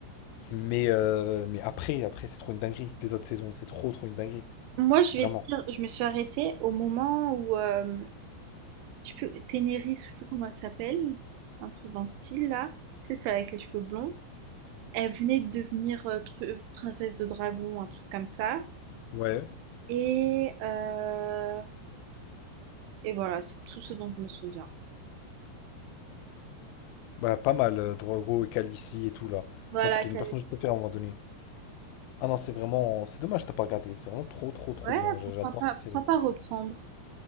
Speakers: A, on the left; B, on the right.
A: Mais euh, mais après, après c'est trop une dinguerie. Les autres saisons, c'est trop trop une dinguerie,
B: Moi, je
A: vraiment.
B: vais te dire, je me suis arrêtée au moment où, euh, je sais plus, Ténéris, je sais plus comment elle s'appelle, un truc dans le style là, c'est celle avec les cheveux blonds. Elle venait de devenir euh, tru- euh, princesse de dragon, un truc comme ça.
A: Ouais,
B: Et, euh, et voilà, c'est tout ce dont je me souviens.
A: bah pas mal, euh, Drogo et Khaleesi et tout là.
B: Voilà,
A: Moi, c'était
B: qu'elle
A: mon personnage
B: est-
A: préféré à un moment donné. Ah non, c'est vraiment, c'est dommage, t'as pas regardé. C'est vraiment trop trop trop
B: Ouais,
A: bien. J'-
B: pourquoi
A: J'adore
B: pas,
A: cette
B: pourquoi
A: série.
B: pas reprendre?